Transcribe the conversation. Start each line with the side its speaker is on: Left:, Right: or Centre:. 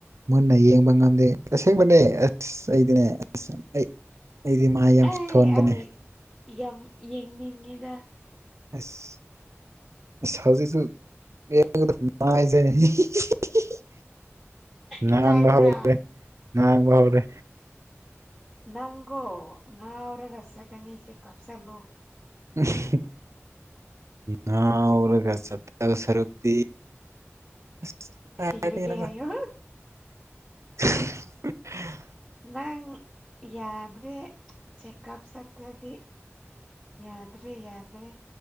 Right: ꯃꯨꯟꯅ ꯌꯦꯡꯕ ꯉꯝꯗꯦ ꯑꯁꯦꯡꯕꯅꯦ ꯑꯁ ꯑꯩꯗꯤꯅꯦ ꯑꯁ ꯑꯩ ꯑꯩꯗꯤ ꯃꯥ ꯌꯥꯝ
Left: ꯑꯩ
Right: ꯁꯣꯟꯕꯅꯦ
Left: ꯑꯩ ꯌꯥꯝ ꯌꯦꯡꯅꯤꯡꯉꯤꯗ
Right: <unintelligible> <unintelligible> ꯉꯪꯕ
Left: ꯏꯀꯥꯏꯕ꯭ꯔꯥ
Right: ꯍꯧꯔꯦ ꯉꯪꯕ ꯍꯧꯔꯦ
Left: ꯅꯪꯒꯣ ꯉꯎ꯭ꯔꯒ ꯆꯠꯀꯅꯤ ꯆꯦ ꯀꯞꯁꯂꯣ
Right: <unintelligible> ꯉꯧꯔꯒ ꯆꯠꯇꯣꯏ ꯁꯔꯨꯛꯇꯤ ꯑꯁ ꯀꯗꯥꯏꯗꯩꯅꯣꯗ
Left: ꯁꯤꯔꯒꯦ ꯍꯥꯏꯌꯣ
Right: <unintelligible>
Left: ꯅꯪ ꯌꯥꯗ꯭ꯔꯦ ꯆꯦꯛ ꯀꯞ ꯆꯠꯇ꯭ꯔꯗꯤ ꯌꯥꯗ꯭ꯔꯦ ꯌꯥꯗ꯭ꯔꯦ